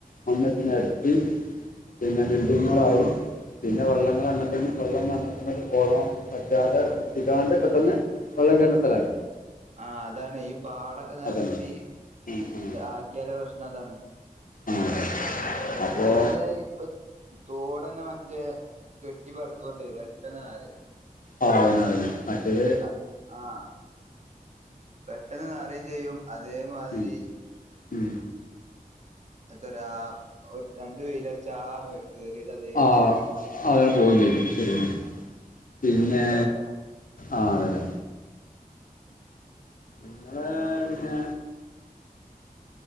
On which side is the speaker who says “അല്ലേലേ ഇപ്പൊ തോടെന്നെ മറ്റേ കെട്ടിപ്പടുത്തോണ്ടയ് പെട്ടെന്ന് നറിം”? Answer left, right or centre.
Right